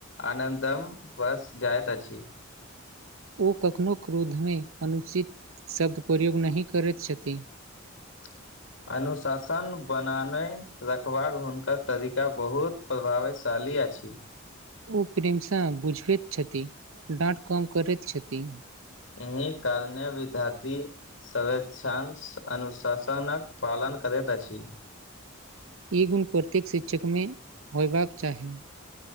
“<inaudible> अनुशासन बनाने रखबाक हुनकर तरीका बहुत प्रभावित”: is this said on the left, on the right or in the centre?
Left